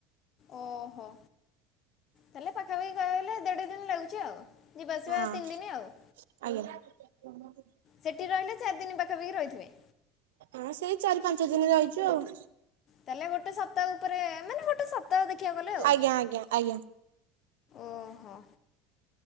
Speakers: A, on the left (about 50°); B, on the right (about 85°).
A: ଓହୋ। ତାହେଲେ ପାଖାପାଖି କହିବାକୁଗଲେ ଦେଢ଼ ଦିନ ଲାଗୁଛି ଆଉ ଯିବା ଆସିବା
B: ହଁ।
A: ତିନି ଦିନ ଆଉ।
B: ଆଜ୍ଞା।
A: ସେଠି ରହିଲେ ଚାରିଦିନ ପାଖା ପାାଖି ରହିଥିବେ।
B: ହଁ ସେଇ ଚାରି ପାଞ୍ଚ ଦିନ ରହିଛୁ ଆଉ।
A: ତାହେଲେ ଗୋଟେ ସପ୍ତାହ ଉପରେ ମାନେ ଗୋଟେ ସପ୍ତାହ ଦେଖିବାକୁ ଗଲେ ଆଉ।
B: ଆଜ୍ଞା ଆଜ୍ଞା ଆଜ୍ଞା
A: ଓହୋ